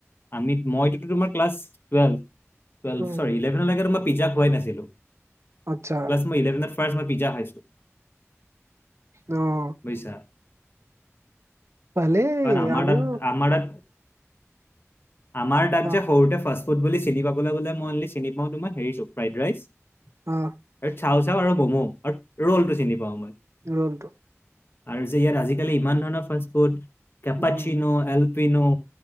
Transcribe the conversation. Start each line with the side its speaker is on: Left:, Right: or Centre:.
Left: আমি মইতোতো তোমাৰ class twelve twelve
Right: um
Left: sorry eleven লৈকে তোমাৰ পিজ্জা খুৱাই নাছিলোঁ।
Right: আচ্ছা।
Left: ক্লাছ ইলেভেনত ফাছ মই পিজ্জা খাইছোঁ।
Right: অ'।
Left: বুজিছা?
Right: ভালেই
Left: কাৰণ আমাৰ
Right: আমিও
Left: তাত আমাৰ তাত আমাৰ তাত
Right: অ
Left: যে সৰুতে ফাষ্ট ফুড বুলি চিনি পাবলৈলে পাবলৈ হ'লে মই অকল চিনি পাও ফ্ৰাইড ৰাইচ।
Right: অ'।
Left: আৰু চাও চাও আৰু মমো আৰু ৰ'লটো চিনি পাওঁ মই।
Right: ৰ'লটো।
Left: আৰু যে ইয়াত আজিকালি ইমান ধৰণৰ ফাষ্ট ফুড, কেপাচিনো
Right: উম
Left: এল পিনো,